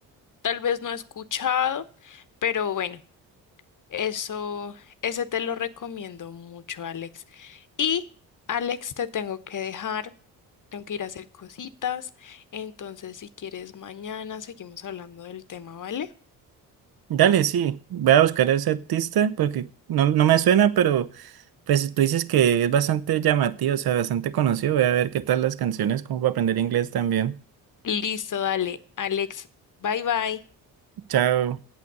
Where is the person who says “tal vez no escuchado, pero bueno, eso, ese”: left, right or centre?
Left